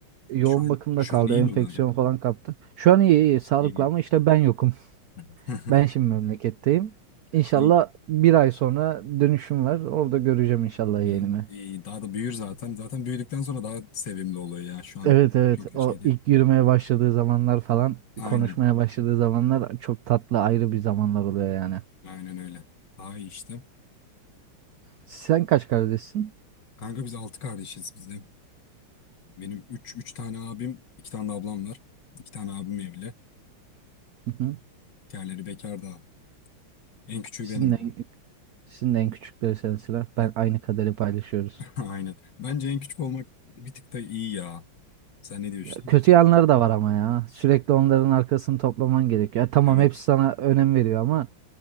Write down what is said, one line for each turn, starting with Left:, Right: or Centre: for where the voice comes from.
Right: Yoğun
Left: şu an
Right: bakımda
Left: şu
Right: kaldı.
Left: an iyi
Right: Enfeksiyon
Left: mi bari?
Right: falan kaptı. Şu an iyi iyi sağlıklı
Left: İyi.
Right: ama işte ben yokum.
Left: <laughs>
Right: Ben şimdi memleketteyim. İnşallah
Left: İyi.
Right: bir ay sonra dönüşüm var. Orada göreceğim inşallah yeğenimi.
Left: Ya, iyi. Daha da büyür zaten. Zaten büyüdükten sonra daha sevimli oluyor ya. Şu an
Right: Evet evet
Left: çok da
Right: o
Left: şey değil.
Right: ilk yürümeye başladığı zamanlar falan
Left: Aynen.
Right: konuşmaya başladığı zamanlar çok tatlı ayrı bir zamanlar oluyor yani.
Left: Aynen öyle. Daha iyi işte.
Right: Sen kaç kardeşsin?
Left: Kanka biz altı kardeşiz biz de. Benim üç üç tane abim, 2 tane de ablam var. 2 tane abim evli.
Right: Hı hı.
Left: Diğerleri bekar da. En küçüğü
Right: Sizin
Left: benim.
Right: en, sizin en küçükleri sensinler.
Left: <laughs>
Right: Ben aynı kaderi paylaşıyoruz.
Left: Aynen. Bence en küçük olmak bir tık da iyi ya. Sen ne diyorsun?
Right: Ya kötü yanları da var ama ya. Sürekli onların arkasını toplaman gerekiyor. Ya tamam
Left: Evet.
Right: hepsi sana önem veriyor ama